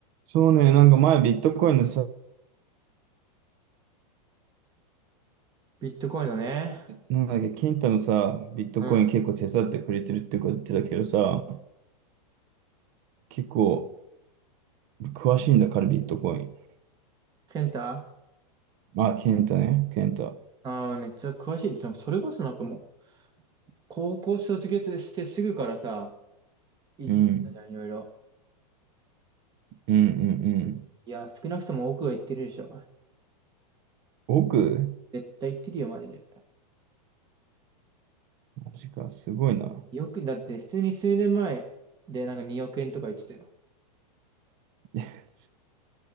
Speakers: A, on the right; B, on the right.
A: そうね、なんか前ビットコインのさ、
B: ビットコインのね。
A: なんだっけ、ケンタのさ、ビットコイン結構手伝ってくれてるってこと言ってたけどさ、
B: うん。
A: 結構詳しいんだからビットコイン。
B: ケンタ
A: まあ、ケンタね、ケンタ。
B: ああー、めっちゃ詳しい。でもそれこそなんかもう、高校卒業してすぐからさ、いじったじゃん、
A: うん、
B: いろいろ。
A: うん、うん、うん。
B: いや、少なくとも奥は言ってるでしょ。
A: 億
B: 絶対言ってるよ、マジで。
A: マジか、すごいな。
B: よく、だって普通に数年前でなんか2億円とか言ってたよ。
A: <laughs>